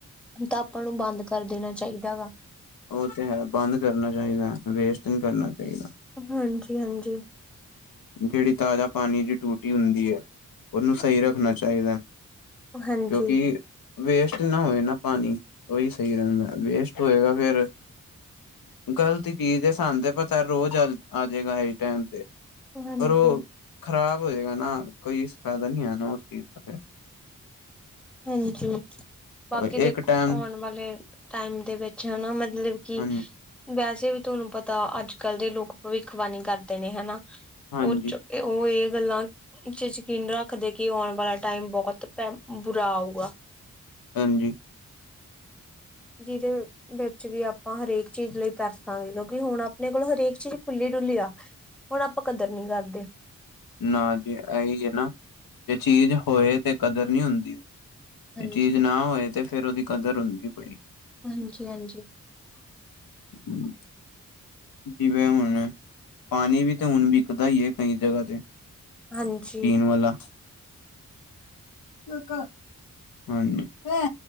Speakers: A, in the centre; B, on the left (about 85°).
A: ਤਾਂ ਆਪਾਂ ਨੂੰ ਬੰਦ ਕਰ ਦੇਣਾ ਚਾਈਦਾ ਗਾ।
B: ਓ ਤੇ ਹੈ ਬੰਦ ਕਰਨਾ ਚਾਈਦਾ, ਵੇਸਟ ਨੀ ਕਰਨਾ ਚਾਈਦਾ।
A: ਹਾਂਜੀ-ਹਾਂਜੀ।
B: ਜੇੜੀ ਤਾਜ਼ਾ ਪਾਨੀ ਦੀ ਟੂਟੀ ਹੁੰਦੀ ਐ ਓਨੂੰ ਸਈ ਰੱਖਣਾ ਚਾਈਦਾ ਐ।
A: ਹਾਂਜੀ
B: ਕਿਉਂਕਿ ਵੇਸਟ ਨਾ ਹੋਏ ਨਾ ਪਾਨੀ ਓਈ ਸਈ ਰੈਂਦਾ, ਵੇਸਟ ਹੋਏਗਾ ਫੇਰ ਗ਼ਲਤ ਚੀਜ਼ ਏ, ਸਾਨੂੰ ਤੇ ਪਤਾ ਰੋਜ਼ ਆ ਆ ਜੇਗਾ ਇਸ ਟਾਈਮ ਤੇ।
A: ਹਾਂਜੀ
B: ਪਰ ਓ ਖ਼ਰਾਬ ਹੋ ਜਾਏਗਾ ਨਾ ਕੋਈ ਫੈਦਾ ਨੀ ਐ ਨਾ ਉਸ ਚੀਜ਼ ਦਾ ਫਿਰ।
A: ਹਾਂਜੀ।
B: ਫਿਰ
A: ਬਾਕੀ ਦੇਖੋ,
B: ਇੱਕ ਟਾਈਮ
A: ਆਉਣ ਵਾਲੇ ਟਾਈਮ ਦੇ ਵਿੱਚ ਹਨਾ ਮਤਲਬ ਕਿ
B: ਹਾਂਜੀ
A: ਵੈਸੇ ਵੀ ਤੁਆਨੂੰ ਪਤਾ ਅੱਜ-ਕੱਲ ਦੇ ਲੋਕ ਭਵਿੱਖਬਾਣੀ ਕਰਦੇ ਨੇ ਹਨਾ,
B: ਹਾਂਜੀ
A: ਓਹ ਚੋਂ ਏ ਓ ਏ ਗੱਲਾਂ ਚ ਯਕੀਨ ਰੱਖਦੇ ਕਿ ਆਉਣ ਵਾਲਾ ਟਾਈਮ ਬੋਤ ਪੈ ਬੁਰਾ ਆਊਗਾ।
B: ਹਾਂਜੀ।
A: ਜੀ 'ਚ ਵਿੱਚ ਵੀ ਆਪਾਂ ਹਰੇਕ ਚੀਜ਼ ਲਈ ਤਰਸਾਂਗੇ, ਕਿਉਂਕਿ ਹੁਣ ਆਪਣੇ ਕੋਲ ਹਰੇਕ ਚੀਜ਼ ਖੁੱਲੀ ਡੁੱਲੀ ਆ। ਹੁਣ ਆਪਾਂ ਕਦਰ ਨੀ ਕਰਦੇ।
B: ਨਾ ਜੀ ਐਈ ਏ ਨਾ ਜੇ ਚੀਜ਼ ਹੋਏ ਤੇ ਕਦਰ ਨੀ ਹੁੰਦੀ।
A: ਹਾਂਜੀ
B: ਜੇ ਚੀਜ਼ ਨਾ ਹੋਏ, ਤੇ ਫੇਰ ਓਦੀ ਕਦਰ ਹੁੰਦੀ ਬੜੀ।
A: ਹਾਂਜੀ-ਹਾਂਜੀ।
B: <inaudible> ਜਿਵੇਂ ਹੁਨ ਪਾਨੀ ਵੀ ਤੇ ਹੁਨ ਵਿਕਦਾ ਈ ਏ, ਕਈ ਜਗ੍ਹਾ ਤੇ।
A: ਹਾਂਜੀ।
B: <unintelligible> <inaudible> ਹਾਂਜੀ, ਹੈ,